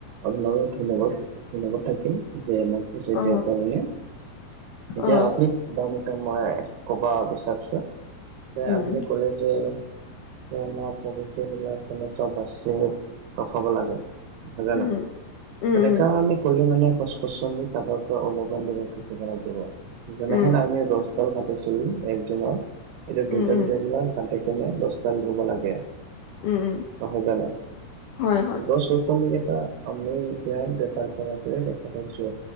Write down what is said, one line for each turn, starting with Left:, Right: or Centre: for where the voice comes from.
Right: আপোনালৈ ধন্যবাদ থাক্ ধন্যবাদ থাকিল যে মোক বুজাই
Left: অ
Right: দিয়াৰ কাৰণে। এতিয়া
Left: অ
Right: আপুনি বা মোক মই ক'ব বিচাৰিছোঁ যে
Left: উম
Right: আপুনি ক'লে যে যে আমাৰ প্ৰকতি বিলাক কেনেকুৱা বাচিব ৰখাব লাগে। হয় নে
Left: উম
Right: নহয়?
Left: উম
Right: তেনেকা আমি কৰি মানে গছ- গছনি কটাৰ পৰা অলপমান দূৰত থাকিব লাগিব। যেনেহেন
Left: উম
Right: আমি দশডাল কৰিছিলোঁ এক দিনত এতিয়া
Left: উম
Right: দুইডাল,
Left: উম
Right: তিনডাল কাটি কেনে দশডাল ৰুব লাগে।
Left: উম উম
Right: নহয় জানো?
Left: হয় হয়
Right: গছ-গছ গছনিক এতিয়া আমি ইয়াত বেপাৰ কৰাটোৱে দেখা পাইছোঁ।